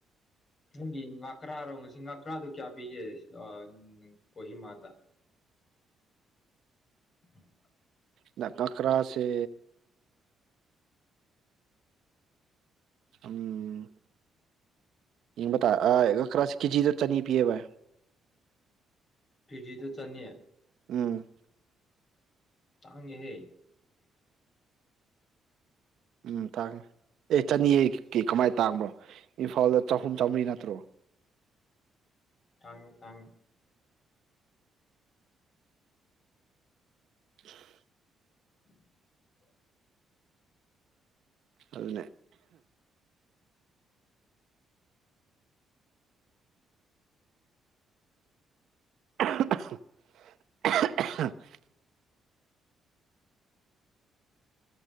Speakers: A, on the left (about 45°); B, on the right (about 70°).
A: ꯅꯪꯒꯤ ꯉꯥꯀ꯭ꯔꯥꯔꯣ ꯉꯁꯤ ꯉꯥꯀ꯭ꯔꯥꯗꯨ ꯀꯌꯥ ꯄꯤꯒꯦ ꯁ ꯑꯥ ꯀꯣꯍꯤꯃꯥꯗ꯫ <inaudible>
B: ꯅ ꯉꯥꯀ꯭ꯔꯥꯁꯦ ꯎꯝ ꯌꯦꯡꯕ ꯇꯥꯏ ꯉꯀ꯭ꯔꯥꯁꯤ ꯀꯦꯖꯤꯗ ꯆꯅꯤ ꯄꯤꯌꯦ ꯕꯥꯏ꯫
A: ꯀꯦꯖꯤꯗ ꯆꯅꯤ꯫
B: ꯎꯝ
A: ꯇꯥꯡꯒꯦ ꯍꯦ꯫
B: ꯎꯝ ꯇꯥꯡꯑꯦ ꯑꯦ ꯆꯅꯤꯍꯩ ꯀꯤ ꯀꯃꯥꯏꯅ ꯇꯥꯡꯕ꯭ꯔꯣ ꯏꯝꯐꯥꯜꯗ ꯆꯍꯨꯝ ꯆꯥꯝꯃꯔꯤ ꯅꯠꯇ꯭ꯔꯣ꯫
A: ꯇꯥꯡꯉꯤ-ꯇꯥꯡꯉꯤ꯫
B: <inaudible>
A: <inaudible>
B: ꯑꯗꯨꯅꯦ꯫ <unintelligible>